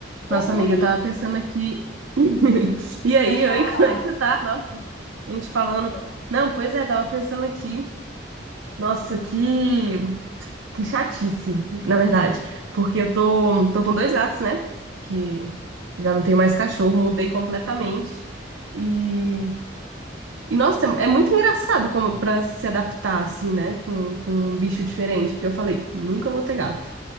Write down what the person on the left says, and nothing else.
Oi,
pode falar.
Então,